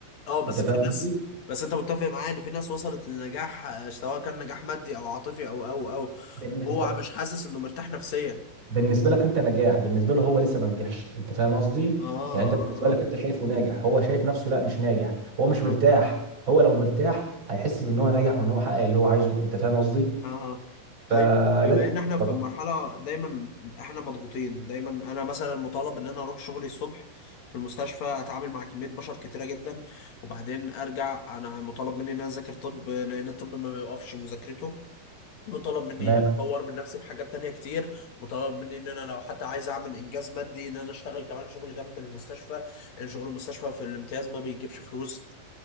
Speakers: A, on the left; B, on the right.
A: اه بس
B: انت فاهم
A: في ناس
B: قصدي
A: بس انت متفق معايا ان في ناس وصلت للنجاح آه، سواء كان نجاح مادي او عاطفي او او او
B: بالنسبه
A: وهو مش حاسس انه مرتاح نفسيا
B: بالنسبه لك انت نجاح بالنسبه له هو لسه ما نجحش انت فاهم قصدي
A: اه اه
B: يعني انت بالنسبه لك
A: اه
B: انت شايفه ناجح هو شايف نفسه لا مش ناجح هو مش
A: آه.
B: مرتاح هو لو مرتاح هيحس بان هو ناجح وان هو حقق اللي هو عايزه انت فاهم قصدي
A: اها طيب
B: فلا
A: بما ان احنا
B: طب
A: في مرحله دايما احنا مضغوطين دايما انا مثلا مطالب ان انا اروح شغلي الصبح في المستشفى اتعامل مع كميه بشر كتيره جدا وبعدين ارجع انا مطالب مني ان انا اذاكر طب لان الطب ما بيوقفش مذاكرته مطالب مني
B: تمام
A: اطور من نفسي في حاجات تانية كتير مطالب مني ان انا لو حتى عايز اعمل انجاز مادي ان انا اشتغل كمان شغل جنب المستشفى لان شغل المستشفى في الامتياز ما بيجيبش فلوس